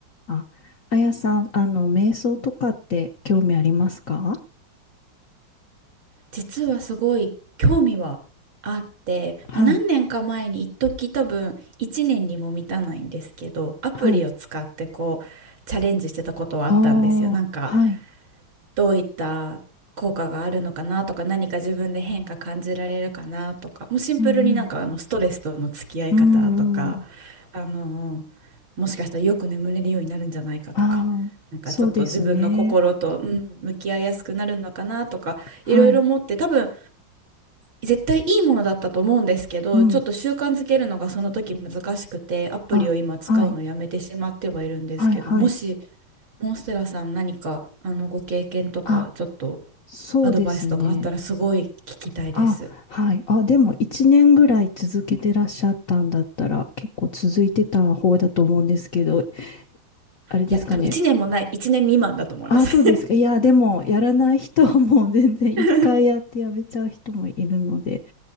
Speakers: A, on the left; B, on the right.
A: あ、あやさん、あの、瞑想とかって興味ありますか
B: 実はすごい興味はあって、
A: はい、
B: まあ、何年か前に一時多分1年にも満たないんですけどアプリを使ってこうチャレンジしてたことはあったんですよ。
A: はい。あ
B: なんか
A: あ、はい。
B: どういった効果があるのかなとか何か自分で変化感じられるかなとかもうシンプルになんかあのストレスとの付き合い方とか
A: うんうん。うんうん。
B: あのもしかしたらよく眠れるようになるんじゃないかとか。
A: ああ、
B: なんかちょっと自分の心と、
A: そうですね。
B: うん向き合いやすくなるのかなとかいろいろ思って多分
A: はい。
B: 絶対いいものだったと思うんですけど、
A: うん。
B: ちょっと習慣づけるのがその時難しくて、アプリを今使うのやめてしまってはいるんですけど、
A: あ、はい。はい、はい。
B: もし、モンステラさん何か、あの、ご経験とか、
A: あ、
B: ちょっと
A: そうですね。
B: アドバイスとかあったらすごい聞きたいです。
A: あ、はい。あ、でも一年ぐらい続けてらっしゃったんだったら、結構続いてた方だと思うんですけど、あれですかね。
B: いや、多分1年もない、1年未満だと思います。
A: あ、そうですか。いや、でも、やらない人はもう全然一回やってやめちゃう人もいるので。
B: <laughs>